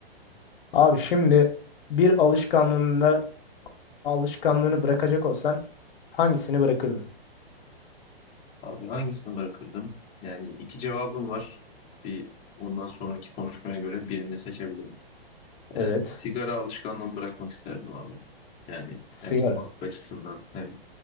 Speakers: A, on the left; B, on the left.
A: Abi şimdi bir alışkanlığında alışkanlığını bırakacak olsan hangisini bırakırdın?
B: Abi hangisini bırakırdım? Yani iki cevabım var. Bir ondan sonraki konuşmaya göre birini seçebilirim.
A: Evet.
B: Ee, sigara alışkanlığımı bırakmak isterdim abi. Yani
A: Sigara.
B: hem sağlık açısından hem